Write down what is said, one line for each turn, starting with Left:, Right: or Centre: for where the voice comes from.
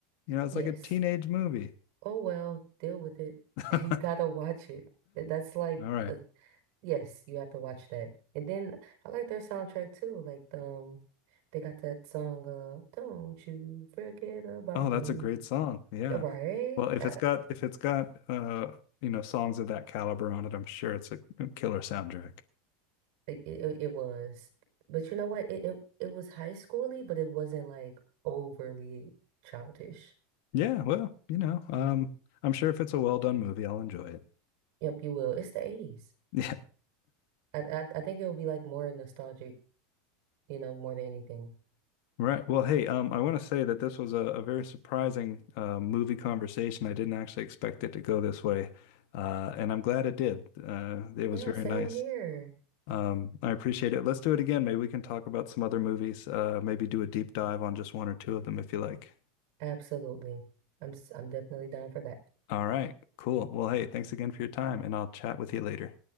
Left: You know, it's
Right: Yes.
Left: like a teenage movie.
Right: Oh well, deal with it.
Left: <laughs>
Right: <laughs>
Left: All
Right: You gotta watch it. Th- That's like
Left: right.
Right: the yes, you have to watch that. And then I like their soundtrack too. Like um, they got that song uh "Don't You Forget About
Left: Oh,
Right: Me."
Left: that's a great song. Yeah.
Right: Yeah, Right?
Left: Well, if
Right: Uh,
Left: it's got if it's got uh, you know, songs of that caliber on it, I'm sure it's a a killer soundtrack.
Right: it, it it was, but you know what? It it it was high schooly, but it wasn't like overly childish.
Left: Yeah, well, you know, um, I'm sure if it's a well done movie, I'll enjoy it.
Right: Yep, you will. It's the 80s.
Left: <laughs> Yeah.
Right: I I, I think it will be like more nostalgic, you know, more than anything.
Left: Right. Well, hey, um, I want to say that this was a, a very surprising uh, movie conversation. I didn't actually expect it to go this way, uh, and I'm glad it did. Uh, it
Right: Yeah,
Left: was very
Right: same
Left: nice.
Right: here.
Left: Um, I appreciate it. Let's do it again. Maybe we can talk about some other movies. Uh, maybe do a deep dive on just one or two of them if you like.
Right: Absolutely. I'm s- I'm definitely down for that.
Left: All right. Cool. Well, hey, thanks again for your time, and I'll chat with you later.